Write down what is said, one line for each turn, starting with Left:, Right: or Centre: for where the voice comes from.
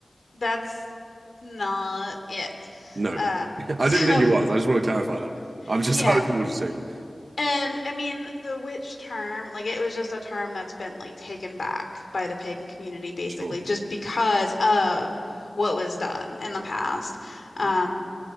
Left: that's not it.
Right: No,
Left: Um,
Right: <laughs>
Left: so
Right: I didn't think it was. I just want to clarify that.
Left: <laughs>
Right: I'm just,
Left: yeah.
Right: <laughs> I was more just joking.
Left: And I mean, the witch term, like it was just a term that's been like taken back by the pagan community basically
Right: Sure.
Left: just because of what was done in the past. Um,
Right: Mm,